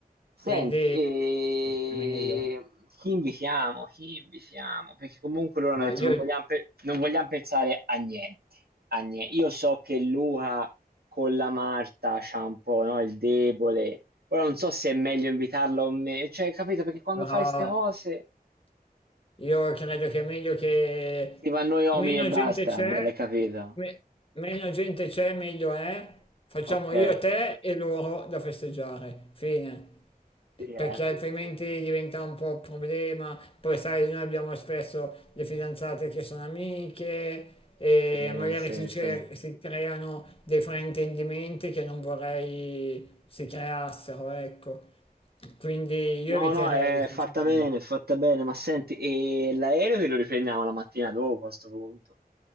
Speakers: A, on the right; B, on the left.
A: Senti,
B: quindi
A: e...
B: è meglio.
A: chi invitiamo? Chi invitiamo? Perché comunque loro hanno
B: Ma
A: detto
B: io,
A: non
B: eh,
A: vogliamo, pe- non vogliamo pensare a niente, a nie- Io so che Luca con la Marta c'ha un po', no, il debole. Ora non so se è meglio invitarlo o meno. Cioè, capito? Perché quando
B: però,
A: fai queste cose
B: Io credo che è meglio che
A: si va a noi uomini
B: meno
A: e
B: gente
A: basta.
B: c'è,
A: Bello, hai capito?
B: me- meno gente c'è, meglio è. Facciamo
A: Ok.
B: io, te e loro da festeggiare. Fine.
A: Sì, eh.
B: Perché altrimenti diventa un po' un problema. Poi sai, noi abbiamo spesso le fidanzate che sono amiche e
A: Sì,
B: magari
A: sì,
B: si, cer-
A: sì.
B: si creano dei fraintendimenti che non vorrei si creassero, ecco. Quindi io
A: No,
B: eviterei.
A: no, è
B: sinceramente.
A: fatta bene, è fatta bene, ma senti, e l'aereo che lo riprendiamo la mattina dopo a questo punto?